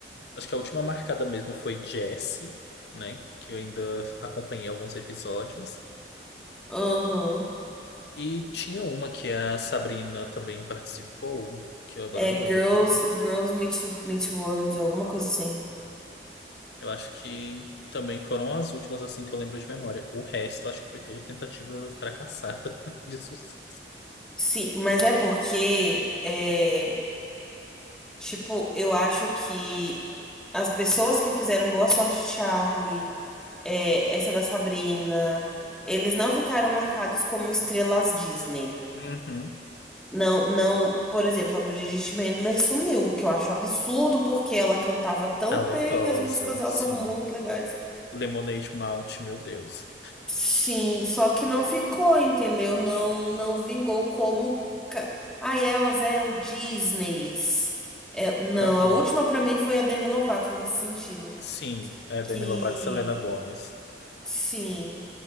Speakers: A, on the left (about 70°); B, in the centre.
A: acho que a última marcada mesmo foi Jessie, né? Que eu ainda acompanhei alguns episódios.
B: Aham.
A: E tinha uma que a Sabrina também participou, que eu agora
B: É
A: não
B: Girls,
A: lembro o nome.
B: Girls Meet, Meet World, alguma coisa assim.
A: Eu acho que também foram as últimas assim que eu lembro de memória. O resto, acho que foi tudo tentativa fracassada <laughs> de sucesso.
B: Sim, mas é porque, é, tipo, eu acho que as pessoas que fizeram Boa Sorte Charlie, é, essa da Sabrina, eles não ficaram marcados como estrelas Disney.
A: Uhum.
B: Não, não, por exemplo, a Bridget Mendler sumiu, o que eu acho absurdo porque ela cantava tão
A: Talentosa,
B: bem, as músicas dela
A: sim.
B: são muito legais.
A: Lemonade Mouth, meu Deus.
B: Sim, só que não ficou, entendeu? Não, não vingou como. ca- Ai, elas eram Disneys. É, não,
A: Aham.
B: a última pra mim foi a Demi Lovato nesse sentido.
A: Sim, é
B: Que
A: Demi Lovato e Selena Gomez.
B: sim,